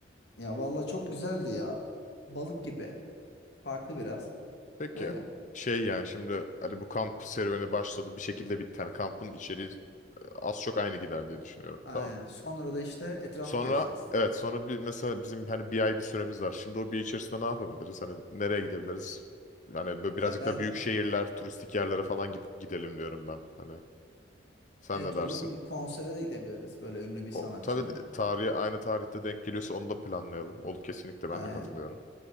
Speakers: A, on the left (about 70°); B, on the left (about 45°).
A: Ya valla çok güzeldi ya. Balık gibi. Farklı biraz.
B: Peki
A: Öyle.
B: şey yani şimdi hani bu kamp serüveni başladı bir şekilde bitti. Hani kampın içeriği az çok aynı gider diye düşünüyorum.
A: Aynen.
B: Tamam.
A: Sonra da işte etrafı
B: Sonra
A: gezeceğiz.
B: evet sonra bir mesela bizim hani bir ay bir süremiz var. Şimdi o bir ay içerisinde ne yapabiliriz? Hani nereye gidebiliriz? Hani böyle birazcık
A: Ya ben
B: da büyük şehirler, turistik yerlere falan git- gidelim diyorum ben. Hani sen
A: evet
B: ne dersin?
A: olur bir konsere de gidebiliriz. Böyle ünlü bir
B: O
A: sanatçının.
B: tabii de- tarihi aynı tarihte denk geliyorsa onu da planlayalım. Olur kesinlikle ben
A: Aynen.
B: de katılıyorum.